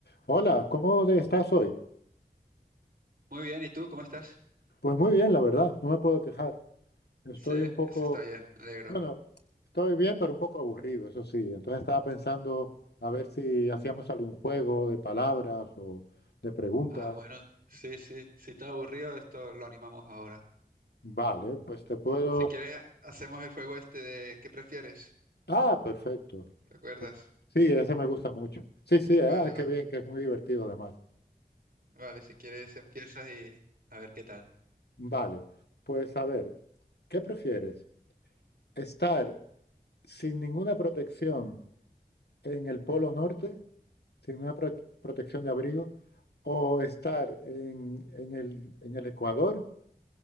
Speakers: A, on the left; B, on the right.
A: Hola, ¿cómo de- estás hoy?
B: Muy bien, ¿y tú cómo estás?
A: Pues muy bien, la verdad, no me puedo quejar. Estoy
B: Sí,
A: un poco,
B: eso está bien, me alegro.
A: bueno, estoy bien, pero un poco aburrido, eso sí. Entonces estaba pensando a ver si hacíamos algún juego de palabras o de preguntas.
B: Ah, bueno, sí, sí, si está aburrido, esto lo animamos ahora.
A: Vale, pues te puedo...
B: Si quieres, hacemos el juego este de ¿qué prefieres?
A: Ah, perfecto.
B: ¿Te acuerdas?
A: Sí, ese me gusta mucho. Sí, sí, eh,
B: Vale,
A: ah,
B: va.
A: qué bien, que es muy divertido además.
B: Vale, si quieres empiezas y a ver qué tal.
A: Vale, pues a ver, ¿qué prefieres? ¿Estar sin ninguna protección? en el Polo Norte sin una pro- protección de abrigo o estar en, en el, en el Ecuador